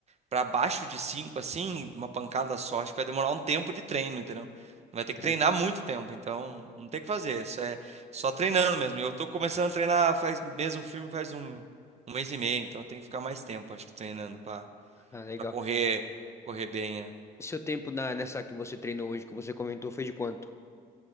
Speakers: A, on the right; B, on the left.
A: para baixo de 5 assim, uma pancada só, acho que vai demorar um tempo de treino, entendeu? Vai ter que
B: É,
A: treinar muito tempo, então não tem o que fazer, isso é só treinando mesmo. Eu tô começando a treinar faz mesmo firme faz um, um mês e meio, então eu tenho que ficar mais tempo, acho que treinando para
B: ah, legal.
A: para correr, correr bem, é.
B: Seu tempo na, nessa que você treinou hoje, que você comentou, foi de quanto?